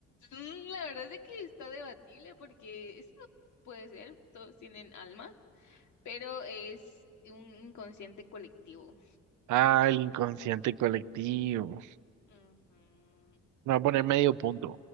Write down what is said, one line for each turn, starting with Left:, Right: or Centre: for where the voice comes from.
Left: mm, la verdad es que está debatible porque eso puede ser, todos tienen alma, pero es un inconsciente colectivo.
Right: Ah, el inconsciente colectivo.
Left: Ujú.
Right: Me va a poner medio punto.